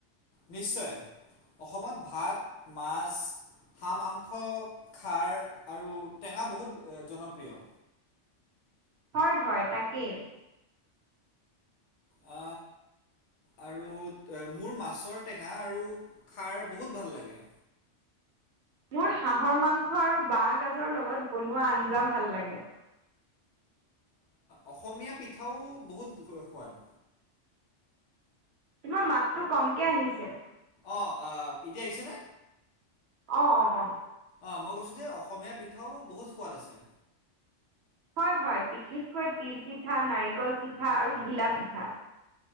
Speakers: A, on the left (about 75°); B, on the right (about 65°).
A: নিশ্চয় অসমত ভাত মাছ হাঁহ মাংস খাৰ আৰু টেঙা বহুত জনপ্ৰিয়
B: হয় হয় তাকে
A: আ আৰু মোৰ মাছৰ টেঙা আৰু খাৰ বহুত ভাল লাগে।
B: মোৰ হাঁহৰ মাংস আৰু বাঁহ গাজৰ লগত বনোৱা আঞ্জা ভাল লাগে।
A: অসমীয়া পিঠাও বহুত সোৱাদ
B: তোমাৰ মাতটো কমকে আহিছে
A: অ এতিয়া আহিছেনে?
B: অ অ অ
A: অ মই কৈছোঁ যে অসমীয়া পিঠাও বহুত সোৱাদ আছে।
B: হয় হয় বিশেষকৈ তিল পিঠা নাৰিকল পিঠা আৰু ঘিলা পিঠা।